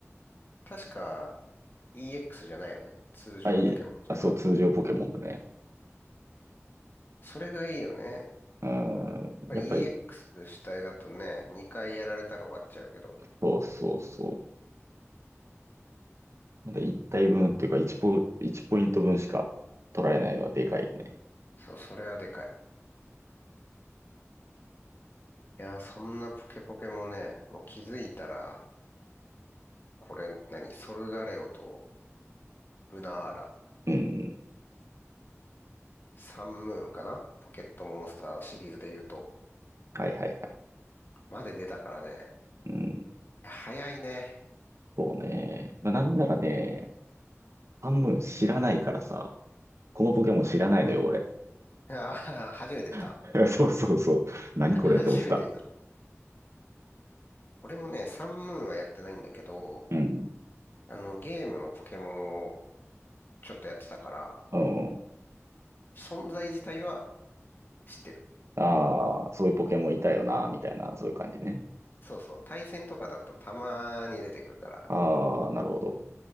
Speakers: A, on the left; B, on the right.
A: 確か EX じゃないよね。通常ポケモンというか。
B: あ、いえ、あ、そう、通常ポケモンだね。
A: それがいいよね。やっ
B: うん、
A: ぱり
B: やっぱり、
A: EX 主体だとね、2回やられたら終わっちゃうけど。
B: そうそうそう。で、1体分っていうか1ポ、1ポイント分しか取られないのはでかいね。
A: そう、それはでかい。いやー、そんなポケポケもね、もう気づいたら、これ何、ソルガレオとルナーラ。
B: うんうん。
A: サンムーンかなポケットモンスターシリーズで言うと。
B: はいはいはい。
A: まで出たからね。
B: うん、
A: 早いね。
B: そうね。まあ、なんならね、半分知らないからさ、このポケモン知らないのよ、
A: うん。
B: 俺。
A: ああ、初めて見た。
B: <laughs> そうそうそう。何これって思ってた。
A: 初めて見た。俺もね、サンムーンはやってないんだけど、
B: うん。
A: あの、ゲームのポケモンをちょっとやってたから、
B: うん。
A: 存在自体は知ってる。
B: ああ、そういうポケモンいたよな、みたいな、そういう感じね。
A: そうそう。対戦とかだとたまに出てくるから、
B: ああ、なるほど。